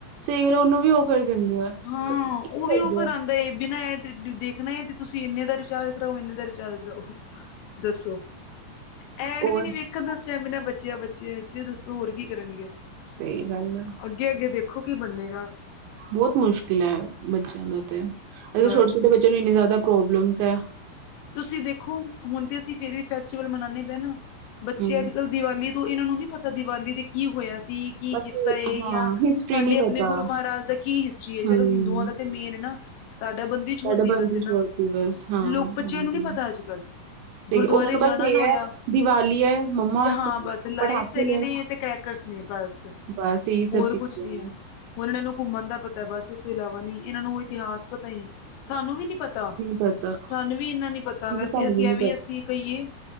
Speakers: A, on the right (about 75°); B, on the left (about 75°).
A: ਸਹੀ ਗੱਲ ਉਹਨੂੰ ਵੀ ਉਹ ਕਰ ਦਿੰਦੇ ਆ,
B: ਹਾਂ
A: ਸਕਿਪ
B: ਉਹ ਵੀ
A: ਕਰਦੇ
B: ਔਫਰ
A: ਆ।
B: ਆਉਂਦਾ ਏ ਬਿਨਾਂ ਤੇ ਦੇਖਣਾ ਹੈ ਤੇ ਤੁਸੀਂ ਇੰਨੇ ਦਾ ਰਿਚਾਰਜ ਕਰਾਓ, ਇੰਨੇ ਦਾ ਰਿਚਾਰਜ ਕਰਾਓ, ਦੱਸੋ। ਐਡ
A: ਹੋਰ
B: ਵੀ ਨੀ ਵੇਖਣ ਦਾ ਸਟੈਮੀਨਾ ਬਚਿਆ ਬੱਚਿਆਂ ਚ ਦੱਸੋ ਹੋਰ ਕੀ ਕਰਨਗੇ
A: ਸਹੀ ਗੱਲ ਆ।
B: ਅੱਗੇ -ਅੱਗੇ ਦੇਖੋ, ਕੀ ਬਣੇਗਾ।
A: ਬਹੁਤ ਮੁਸ਼ਕਿਲ ਹੈ ਬੱਚਿਆਂ ਦਾ ਤੇ ਅੱਜ
B: ਬਸ
A: ਕਲ ਛੋਟੇ ਛੋਟੇ ਬੱਚਿਆਂ ਨੂੰ ਇੰਨੀ ਜ਼ਿਆਦਾ ਪ੍ਰੋਬਲਮਸ ਹੈ।
B: ਤੁਸੀਂ ਦੇਖੋ, ਹੁਣ ਤੇ ਅਸੀਂ ਫੇਰ ਵੀ ਫੈਸਟੀਵਲ ਮਨਾਉਦੇ ਪਏ ਨਾ, ਬੱਚੇ
A: ਹੂੰ।
B: ਅੱਜ -ਕੱਲ ਦੀਵਾਲੀ ਤੋਂ ਇਹਨਾਂ ਨੂੰ ਨਹੀਂੀ ਪਤਾ ਦੀਵਾਲੀ ਦੇ ਕੀ ਹੋਇਆ ਸੀ ਕੀ
A: ਬਸ
B: ਕੀਤਾ
A: ਇਹ
B: ਏ
A: ਹਾਂ,
B: ਜਾਂ
A: ਹਿਸਟਰੀ
B: ਸਾਡੇ
A: ਨੀ ਪਤਾ,
B: ਆਪਣੇ ਗੁਰੂ ਮਹਾਰਾਜ ਦਾ ਕੀ ਹਿਸਟਰੀ ਹੈ
A: ਹੂੰ।
B: ਚਲੋ ਹਿੰਦੂਆਂ ਦਾ ਤੇ ਮੇਨ ਨਾ ਸਾਡਾ ਬੰਦੀ ਛੋੜਦੀ
A: ਸਾਡਾ ਬੰਦੀ
B: ਵਸੇ ਨਾ
A: ਛੋੜ ਦਿਵਸ ਹਾਂ,
B: ਲੋਕ
A: ਹਾਂਜੀ।
B: ਬੱਚਿਆਂ ਨੂੰ ਨੀ ਪਤਾ ਅੱਜ ਕੱਲ
A: ਸਹੀ
B: ਗੁਰਦੁਆਰੇ
A: ਉਹਨਾਂ ਨੂੰ
B: ਜਾਣਾ
A: ਬਸ ਇਹ
B: ਨਾ ਹੋਇਆ
A: ਐ ਦੀਵਾਲੀ ਐ ਮੰਮਾ
B: ਹਾਂ
A: ਪਟਾਕੇ
B: ਬਸ ਲਾਈਟਸ ਹੈਗੇ ਨੇ ਤੇ ਕਰੈਕਟ ੱਕਸਨੀ ਬਸ
A: ਬਸ ਇਹੀ ਸਭ
B: ਹੋਰ
A: ਚੀਜ਼ਾਂ
B: ਕੁਛ ਨੀ ਹੈ ਹੁਣ ਇਹਨਾਂ ਇਹ ਨੂੰ ਘੁੰਮਣ ਦਾ ਪਤਾ ਬਸ ਇਸ ਤੋਂ ਇਲਾਵਾ ਨੀ ਇਹਨਾਂ ਨੂੰ ਇਤਿਹਾਸ ਪਤਾ ਹੀ ਨਹੀਂ ਸਾਨੂੰ ਵੀ ਨੀ ਪਤਾ
A: ਪਤਾ
B: ਸਾਨੂੰ ਵੀ ਇਨਾ ਨੀ ਪਤਾ ਵੈਸੇ
A: ਸਾਨੂੰ
B: ਅਸੀਂ
A: ਵੀ
B: ਐਵੇਂ
A: ਨਹੀਂ
B: ਅਸੀਂ ਕਹੀਏ